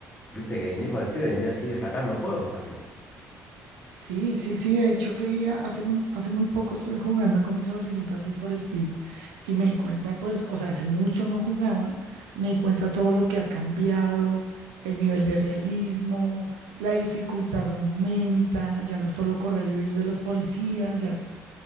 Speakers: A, on the left (about 20°); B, on the right (about 90°).
A: viste que el Need for Speed hoy en día sigue sacando juegos también.
B: Sí, sí, sí, de hecho que ya hace, mu- hace muy poco estuve jugando con mi sobrinita Need for Speed y me di cuenta, pues, o sea, hace mucho no jugaba, me di cuenta todo lo que ha cambiado, el nivel de realismo, la dificultad aumenta, ya no es solo correr y huir de los policías, ya es